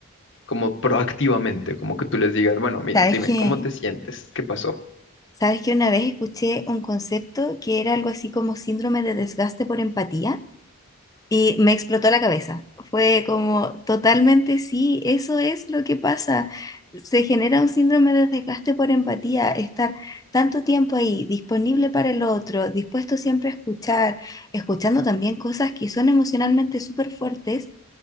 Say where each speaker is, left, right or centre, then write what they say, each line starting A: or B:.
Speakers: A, on the left (about 55°); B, on the left (about 15°).
A: como proactivamente, como que tú les digas, bueno, mi-
B: Sabes
A: dime,
B: que
A: ¿cómo te sientes? ¿Qué pasó?
B: Sabes que una vez escuché un concepto que era algo así como síndrome de desgaste por empatía. Y me explotó la cabeza. Fue como totalmente sí, eso es lo que pasa. Se genera un síndrome de desgaste por empatía, estar tanto tiempo ahí, disponible para el otro, dispuesto siempre a escuchar, escuchando también cosas que son emocionalmente súper fuertes.